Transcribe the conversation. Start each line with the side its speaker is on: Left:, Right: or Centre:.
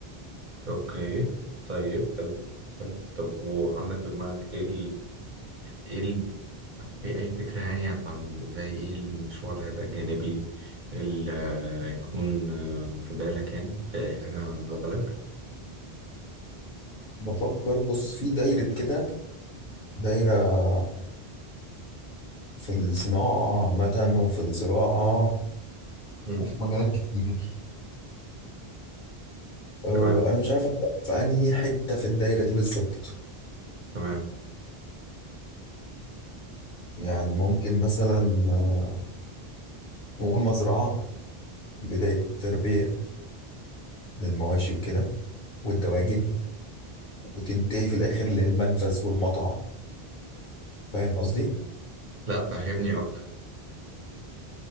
Right: اوكي طيب حلو حلو طب وعندك في دماغك ايه ايه ال... في اي فكرة يعني عن زي ايه المشروع اللي هيبقى الجانبي اللي هيكون آه، في بالك يعني في اي حاجة على بالك
Left: بفكر بص في دايرة كده دايرة في الصناعة عامة وفي الزراعة
Right: مم.
Left: وفي مجالات كتير أه،
Right: تمام
Left: أنا مش عارف أبدأ في أنهي حتة في الدايرة دي بالظبط
Right: تمام
Left: يعني ممكن مثلا آه، نقول مزرعة بداية تربية للمواشي وكده والدواجن وتنتهي في الآخر للمنفذ والمطعم فاهم قصدي؟
Right: لا فهمني اكتر